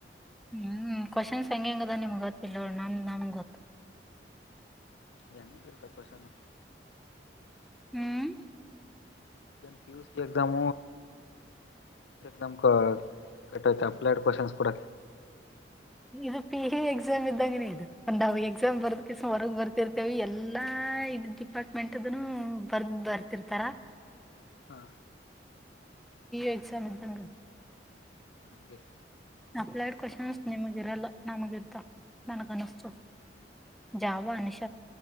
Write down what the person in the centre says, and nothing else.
ಹ್ಮ್ ಕ್ವನ್ ಹಂಗಿಂಗದ ನಿಮ್ಗ್ ಗೊತ್ತಿಲ್ಲರು ನಮ ನಮ ಗೊತ್ತು
ಹ್ಮ್
ಇದು ಪಿಹ ಎಕ್ಸಾಮ್ ಇದ್ದಂಗನ ಇದು ನಾವವು ಎಕ್ಸಾಮ್ ಬರ್ದಕಸ ಹೊರಗ್ ಬರ್ತಿರ್ತೇವಿ ಎಲ್ಲಾ ಇದು ಡಿಪಾರ್ಟ್ಮೆಂಟ್ ಅದನು ಬರ್ದ ಬರ್ತಿರ್ತಾರ
ಎಕ್ಸಾಮ ಇದ್ದಂಗ
ಅಪ್ಲಡ್ ಕವಷನ್ ನಿಮಗೆರಲ್ಲ ನಾಮಗೆತ್ತ ನನ್ ಅನಿಸ್ತ ಜಾವ ನಿಶ